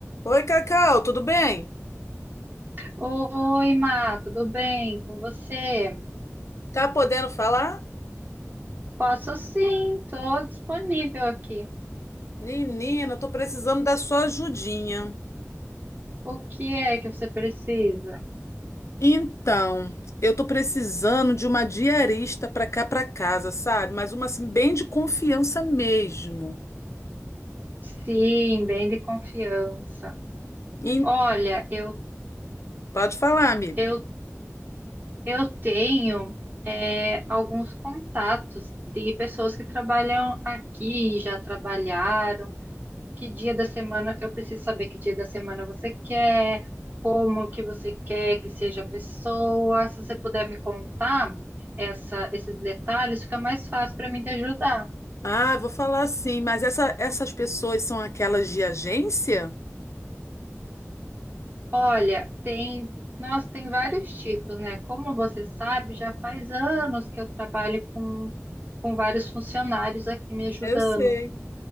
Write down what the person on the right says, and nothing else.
Oi, Má, tudo bem com você?
Posso sim, estou disponível aqui.
O que é que você precisa?
Sim, bem de confiança.
Olha, eu,
eu, eu tenho é, alguns contatos de pessoas que trabalham aqui, já trabalharam. que dia da semana, eu preciso saber que dia da semana você quer, como que você quer que seja a pessoa. Se você puder me contar essa, esses detalhes, fica mais fácil para mim te ajudar.
Olha, tem, nossa, tem vários tipos, né? Como você sabe, já faz anos que eu trabalho com, com vários funcionários aqui me ajudando.